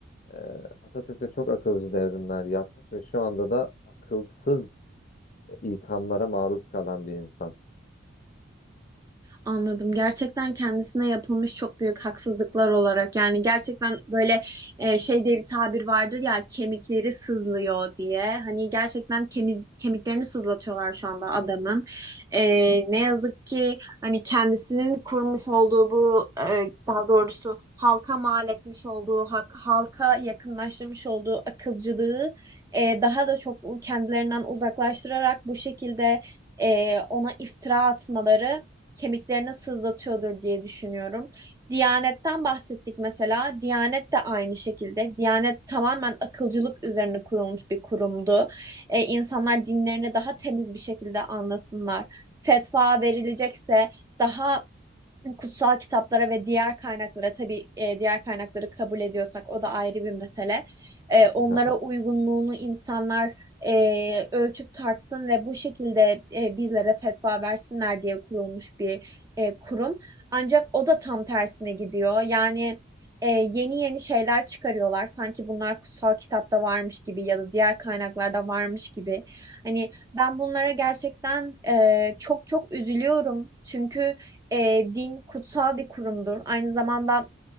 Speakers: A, on the left (about 45°); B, on the right (about 15°).
A: E, Atatürk de çok akılcı devrimler yapmış ve şu anda da akılsız ithamlara maruz kalan bir insan.
B: Anladım. Gerçekten kendisine yapılmış çok büyük haksızlıklar olarak yani gerçekten böyle e, şey diye bir tabir vardır ya kemikleri sızlıyor diye. Hani gerçekten kemiz, kemiklerini sızlatıyorlar şu anda adamın. E, ne yazık ki hani kendisinin kurmuş olduğu bu e, daha doğrusu halka mal etmiş olduğu hak, halka yakınlaştırmış olduğu akılcılığı e, daha da çok kendilerinden uzaklaştırarak bu şekilde e, ona iftira atmaları kemiklerini sızlatıyordur diye düşünüyorum. Diyanetten bahsettik mesela. Diyanet de aynı şekilde. Diyanet tamamen akılcılık üzerine kurulmuş bir kurumdu. E, insanlar dinlerini daha temiz bir şekilde anlasınlar. Fetva verilecekse daha kutsal kitaplara ve diğer kaynaklara tabii e, diğer kaynakları kabul ediyorsak o da ayrı bir mesele. E, onlara
A: Aha,
B: uygunluğunu insanlar e, ölçüp tartsın ve bu şekilde e, bizlere fetva versinler diye kurulmuş bir e, kurum. Ancak o da tam tersine gidiyor. Yani e, yeni yeni şeyler çıkarıyorlar. Sanki bunlar kutsal kitapta varmış gibi ya da diğer kaynaklarda varmış gibi. Hani ben bunlara gerçekten e, çok çok üzülüyorum. Çünkü e, din kutsal bir kurumdur. Aynı zamanda